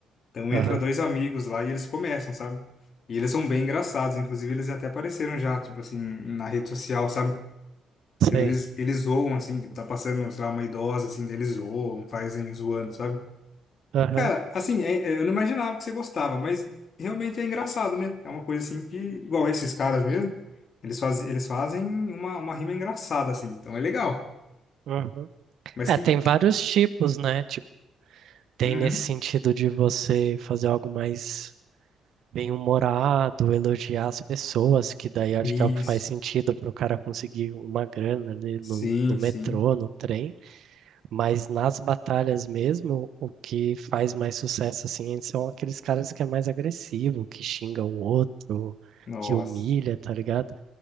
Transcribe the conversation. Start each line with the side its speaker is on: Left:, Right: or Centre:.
Left: Então
Right: Aham,
Left: entra dois amigos lá e eles começam, sabe? E eles são bem engraçados, inclusive eles até apareceram já, tipo assim, na rede social, sabe? Então
Right: sei.
Left: eles, eles zoam, assim, tipo, tá passando, sei lá, uma idosa, assim, deles zoam, fazem zoando, sabe?
Right: Aham,
Left: Cara, assim, é- é, eu não imaginava que você gostava, mas realmente é engraçado, né? É uma coisa assim que, igual esses caras mesmo, eles fazem, eles fazem uma, uma rima engraçada, assim, então é legal.
Right: aham.
Left: Mas
Right: É,
Left: que,
Right: tem vários tipos, né? Tipo, tem
Left: Uhum.
Right: nesse sentido de você fazer algo mais bem-humorado, elogiar as pessoas, que daí acho
Left: Isso.
Right: que é o que faz sentido para o cara conseguir uma grana ali
Left: Sim,
Right: no, no metrô,
Left: sim.
Right: no trem. Mas nas batalhas mesmo, o que faz mais sucesso assim são aqueles caras que é mais agressivo, que xinga o outro,
Left: Nossa.
Right: que humilha, tá ligado?